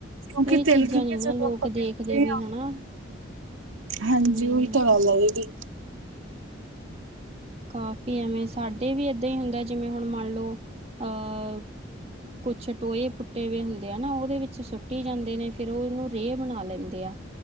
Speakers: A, on the right; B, on the right.
A: ਕਿਉਂਕਿ
B: ਇਹ
A: ਤਿਲਕ
B: ਚੀਜ਼ਾਂ
A: ਕੇ
B: ਨੀ ਨਾ
A: ਜਦੋਂ
B: ਲੋਕ
A: ਆਪਾਂ
B: ਦੇਖਦੇ
A: ਕਹਿੰਦੇ
B: ਵੀ
A: ਹਾਂ
B: ਹਨਾ।
A: ਹਾਂਜੀ,
B: ਹੂੰ
A: ਉਹੀ ਤਾਂ ਗੱਲ ਆ ਦੀਦੀ।
B: ਕਾਫੀ ਐਵੇਂ ਸਾਡੇ ਵੀ ਏਦਾਂ ਹੀ ਹੁੰਦਾ। ਜਿਵੇਂ ਹੁਣ ਮੰਨ ਲਓ ਅਹ ਕੁਛ ਟੋਏ ਪੁੱਟੇ ਵੀਏ ਹੁੰਦੇ ਆ ਨਾ ਉਹਦੇ ਵਿੱਚ ਸੁੱਟੀ ਜਾਂਦੇ ਨੇ। ਫਿਰ ਉਹ ਉਹਨੂੰ ਰੇਹ ਬਣਾ ਲੈਂਦੇ ਆ।